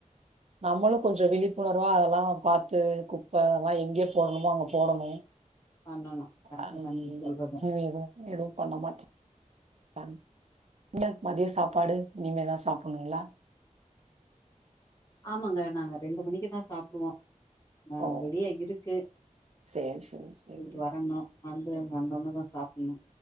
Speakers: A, on the right; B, on the left.
A: நம்மளூ கொஞ்சோ விழிப்புணர்வா அதெல்லா பாத்து குப்ப அதெல்லா எங்கே போடணுமோ அங்க போடணு
B: பண்ணணு கரெக்ட்
A: அந்
B: தா நீங்க சொல்றது
A: ஹீவிவோ எதுவ் பண்ண மாட்ற் அன் ன்ல மதிய சாப்பாடு இனிமேதா சாப்புட்ணூங்ளா
B: ஆமாங்க நாங்க ரெண்டு மணிக்கு தா சாப்டுவோ நா
A: ஓ
B: ரெடியா இருக்கு
A: சேரி சேரி சேரி
B: போயிட்டு வரணு வந்து அவ்ங்க வந்தோன்னே தா சாப்பிட்ணூ